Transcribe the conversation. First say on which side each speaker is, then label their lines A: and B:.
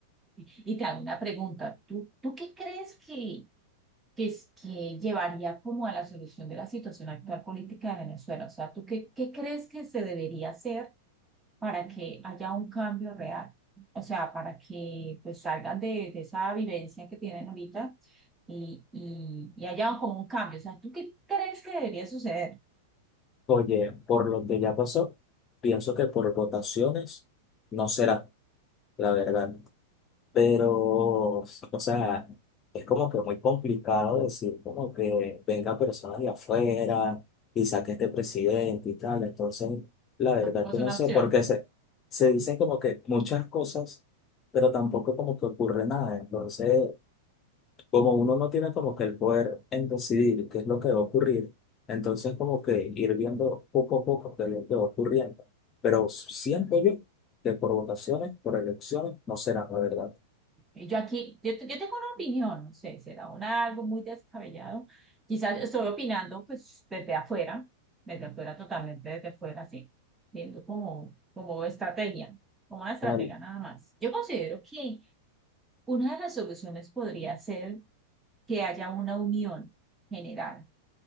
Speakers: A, on the right; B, on the left.
A: Y y te hago una pregunta. ¿Tú, tú qué crees que, que, es- que llevaría como a la solución de la situación actual política de Venezuela? O sea, ¿tú qué, qué crees que se debería hacer? para que haya un cambio real, o sea, para que pues salgan de, de esa vivencia que tienen ahorita y, y, y haya como un cambio. O sea, ¿tú qué crees que debería suceder?
B: Oye, por lo que ya pasó, pienso que por votaciones no será, la verdad. Pero, o sea, es como que muy complicado decir como que venga personas de afuera y saque este presidente y tal. Entonces, la verdad
A: Tampoco es
B: que
A: una
B: no sé,
A: opción.
B: porque se, se dicen como que muchas cosas, pero tampoco como que ocurre nada. Entonces, como uno no tiene como que el poder en decidir qué es lo que va a ocurrir, entonces como que ir viendo poco a poco qué es lo que va ocurriendo. Pero siento yo que por votaciones, por elecciones, no será la verdad.
A: Y Yo aquí, yo, yo tengo una opinión, no sé, será una, algo muy descabellado. Quizás estoy opinando pues desde afuera, desde afuera, totalmente desde afuera, sí, viendo como, como estrategia, como una estratega
B: Vale.
A: nada más. Yo considero que una de las soluciones podría ser que haya una unión general